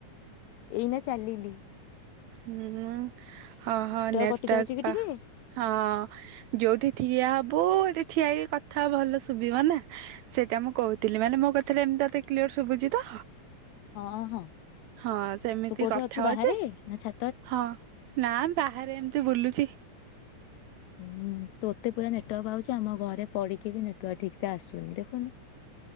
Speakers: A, on the left; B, on the right.
A: ଏଇନା ଚାଲିଲି
B: ହୁଁ ହଁ ହଁ ନେଟୱାର୍କ
A: କଟି ଯାଉଛି କି
B: ପା
A: ଟିକେ
B: ହଁ ଯୋଉଠି ଠିଆ ହବୁ। ଠିଆ ହେଇକି କଥା ଭଲ ଶୁଭିବ ନା ସେଇଟା ମୁଁ କହୁଥିଲି ମାନେ ମୋ କଥାଟା ଏମିତି ତତେ କ୍ଲିୟର ଶୁଭୁଛି ତ।
A: ହଁ ହଁ
B: ହଁ ସେମିତି
A: ତୁ କୋଉଠି
B: କଥା
A: ଅଛୁ
B: ହଉ
A: ବାହାରେ
B: ଯେ
A: ନା ଛା
B: ହଁ ନା ବାହାରେ ଏମତି ବୁଲୁଛି।
A: ହୁଁ ତୋତେ ପୁରା ନେଟୱାର୍କ ପାଉଛି ଆମ ଘରେ ପଡିକି ବି ନେଟୱାର୍କ ଠିକ ସେ ଆସୁନି ଦେଖୁନୁ।